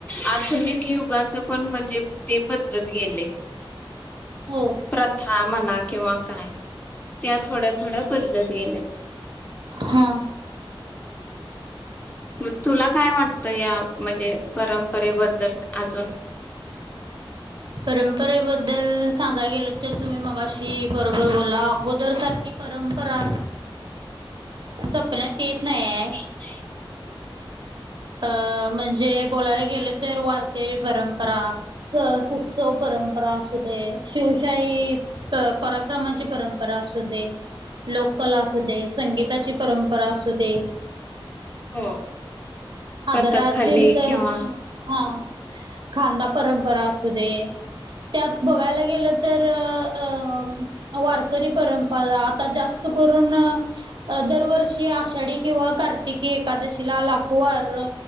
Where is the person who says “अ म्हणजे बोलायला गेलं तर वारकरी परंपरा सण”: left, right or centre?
Right